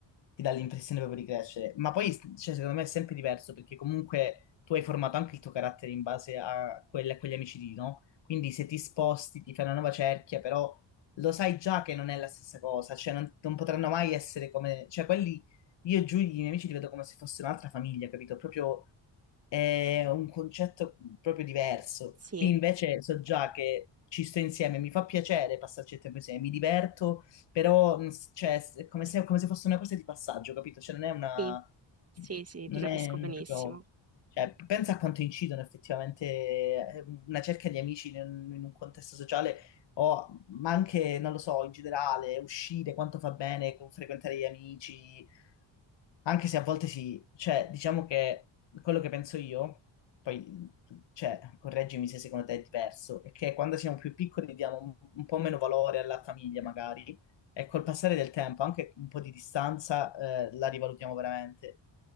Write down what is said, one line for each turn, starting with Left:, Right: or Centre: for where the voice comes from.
Left: ti dà l'impressione proprio di crescere. Ma poi, cioè, secondo me è sempre diverso perché comunque tu hai formato anche il tuo carattere in base a, quelle- a quegli amici lì, no? Quindi se ti sposti, ti fai una nuova cerchia, però lo sai già che non è la stessa cosa, cioè non, non potranno mai essere come... Cioè quelli, io e Giulia, i miei amici, li vedo come se fosse un'altra famiglia, capito? Proprio è un concetto proprio diverso.
Right: Sì,
Left: Qui invece so già che ci sto insieme, mi fa piacere passarci il tempo insieme, mi diverto però mh, s- cioè, s- è come se, come se fosse una cosa di passaggio, capito? Cioè, non è una...
Right: sì, sì, sì,
Left: non
Right: ti capisco
Left: è
Right: benissimo.
Left: mm, proprio- cioè, pensa a quanto incidono effettivamente eh, una cerca di amici in un, in un contesto sociale, o, ma anche, non lo so, in generale, uscire, quanto fa bene con- frequentare gli amici, anche se a volte sì, cioè, diciamo che quello che penso io, poi, cioè, correggimi se secondo te è diverso, è che quando siamo più piccoli diamo un, un po' meno valore alla famiglia, magari, e col passare del tempo, anche un po' di distanza, eh, la rivalutiamo veramente.